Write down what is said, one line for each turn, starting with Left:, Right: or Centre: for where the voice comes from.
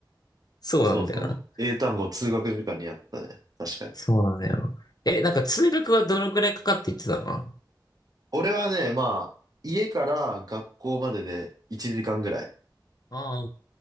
Left: そうなんだよな。
Right: そうそう。英単語通学時間にあったね。確かに。
Left: そうなんだよ。え、なんか通学はどのくらいかかって言ってたの
Right: 俺はね、まあ、家から学校までで1時間ぐらい
Left: ああ